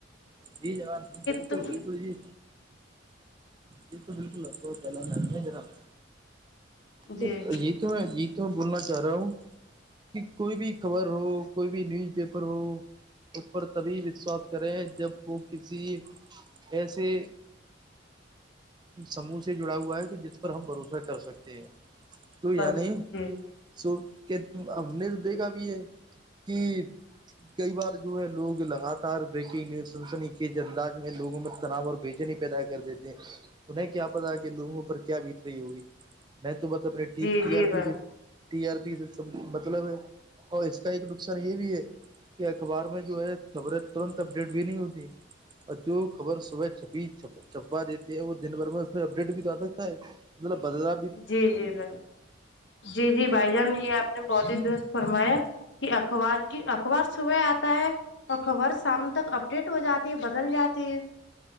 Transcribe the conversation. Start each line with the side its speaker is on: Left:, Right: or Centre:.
Right: جی جناب جی بالکل
Left: تم
Right: بالکل جی یہ تو بالکل ب پہلا م ہے جناب تو
Left: جی
Right: یہ تو میں یہ تو میں بولنا چاہ رہا ہوں کہ کوئی بھی خبر ہو کوئی بھی نیوز پیپر ہو اس پر تبھی وشواس کرے ہیں جب وہ کسی اے سی سموہ سے جڑا ہوا ہے کہ جس پر ہم بھروسہ کر سکتے ہیں تو
Left: بس
Right: یا نہیں
Left: جی
Right: سو کیا ہم نے تو دیکھا بھی ہے کہ کئی بار جو ہے لوگ لگاتار بریکنگ نیوز سنسنی کے انداز میں لوگوں میں تناب اور بھیجنے پ پیدا کر دیتے ہیں انہیں کیا پتا کہ لوگوں پر کیا بت رہی ہوگی میں تو بس اپنے ٹی
Left: جی جی
Right: آر
Left: بھائی
Right: پی سے ٹی آر پی سے سب مطلب ہے اور اس کا ایک نقصان یہ بھی ہے کہ اخبار میں جو ہے خبریں ترنت اپڈیٹ بھی نہیں ہوتی اور جو خبر صبح چھپی چھپا دیتی ہے وہ دن بھر میں اس میں اپڈیٹ بھی تو آ سکتا ہے مطلب بدلا
Left: جی جی بھائی جی جی بھائی جان یہ آپ نے بہت ہی درست فرمایا کہ اخبار کی اخبار صبح آتا ہے اور خبر شام تک اپڈیٹ ہو جاتی ہے بدل جاتی ہے